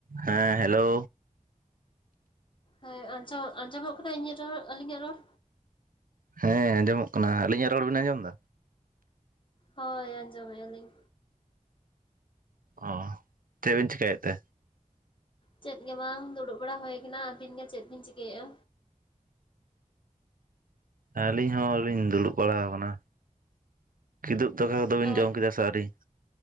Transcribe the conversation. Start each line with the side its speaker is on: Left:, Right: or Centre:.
Right: ᱦᱮᱸ ᱦᱮᱞᱳ᱾
Left: ᱦᱮᱸ ᱟᱸᱡᱚᱢ ᱟᱸᱡᱚᱢᱚᱜ ᱠᱟᱱᱟ ᱤᱧᱟᱹᱜ ᱨᱚᱲ ᱟᱞᱤᱧᱟᱜ ᱨᱚᱲ᱾
Right: ᱦᱮᱸ ᱟᱸᱡᱚᱢᱚᱜ ᱠᱟᱱᱟ ᱟᱹᱞᱤᱧᱟᱜ ᱨᱚᱲ ᱵᱤᱱ ᱟᱸᱡᱚᱢ ᱮᱫᱟ?
Left: ᱦᱳᱭ ᱟᱸᱡᱚᱢᱮᱜ ᱟᱞᱤᱧ᱾
Right: ᱚ ᱪᱮᱫ ᱵᱤᱱ ᱪᱮᱠᱟᱹᱭᱮᱫ ᱛᱮ?
Left: ᱪᱮᱫ ᱜᱮ ᱵᱟᱝ ᱫᱩᱲᱩᱵ ᱵᱟᱲᱟ ᱦᱩᱭᱠ ᱟᱹᱵᱤᱱ ᱜᱮ ᱪᱮᱫ ᱵᱤᱱ ᱪᱤᱠᱟᱹᱭᱮᱜᱼᱟ?
Right: ᱟᱹᱞᱤᱧ ᱦᱚᱸᱞᱤᱧ ᱫᱩᱲᱩᱵ ᱵᱟᱲᱟ ᱟᱠᱟᱱᱟ ᱠᱤᱫᱩᱵ ᱫᱟᱠᱟ ᱠᱚᱫᱚᱵᱤᱱ
Left: ᱟᱨ
Right: ᱡᱚᱢ ᱠᱮᱫᱟ ᱥᱮ ᱟᱣᱨᱤ?